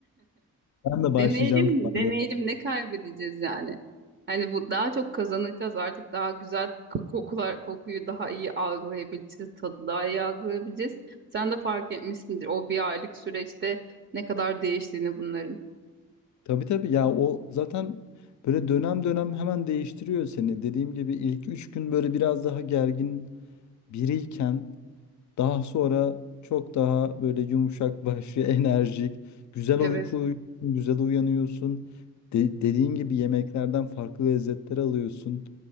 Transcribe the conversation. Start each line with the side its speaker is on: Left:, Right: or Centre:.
Left: Ben de başlayacağım
Right: Deneyelim,
Left: şu
Right: deneyelim
Left: anda.
Right: ne kaybedeceğiz yani? Hani bu daha çok kazanacağız artık daha güzel k- kokular kokuyu daha iyi algılayabileceğiz, tadı daha iyi algılayabileceğiz. Sen de fark etmişsindir o bir aylık süreçte ne kadar değiştiğini bunların.
Left: Tabii tabii ya o zaten böyle dönem dönem hemen değiştiriyor seni. Dediğim gibi ilk üç gün böyle biraz daha gergin biriyken daha sonra çok daha böyle yumuşak başlı, <laughs> enerjik, güzel
Right: Evet,
Left: uyku uyuyorsun, güzel uyanıyorsun. De- dediğin gibi yemeklerden farklı lezzetler alıyorsun.